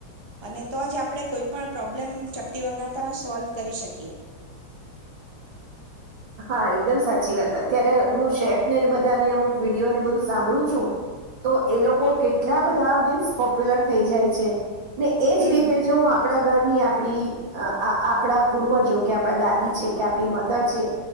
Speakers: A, on the right; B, on the right.
A: અને તો જ આપણે કોઈ પણ પ્રોબ્લેમ ચપટી વગાડતામાં સોલ્વ કરી શકીએ.
B: હા એકદમ સાચી વાત, અત્યારે હું શેફને બધાને અમુક વિડીયોને બધું સાંભળું છું, તો એ લોકો કેટલા બધા મીન્સ પોપ્યુલર થઈ જાય છે. ને એજ
A: હમ
B: રીતે જો હું આપણા ઘરની આપણી આપણા પૂર્વજો કે આપણા દાદી છે કે આપણી મધર છે.